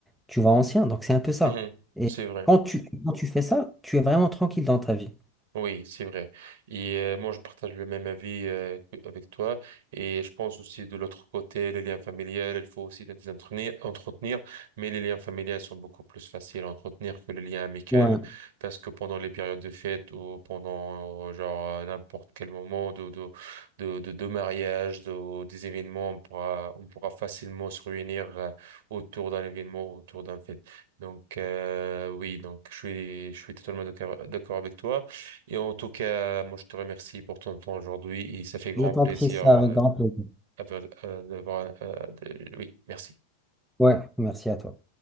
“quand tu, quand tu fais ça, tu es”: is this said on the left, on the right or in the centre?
Centre